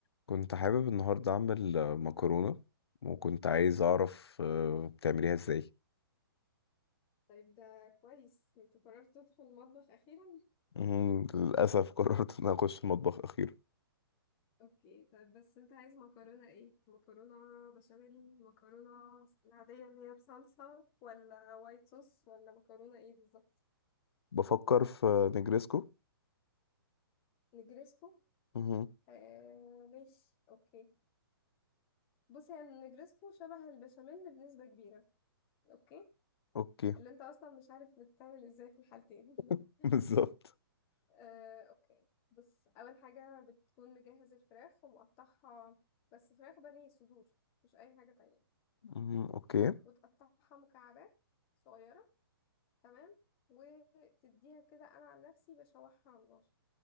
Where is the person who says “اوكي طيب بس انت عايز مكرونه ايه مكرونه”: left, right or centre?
Left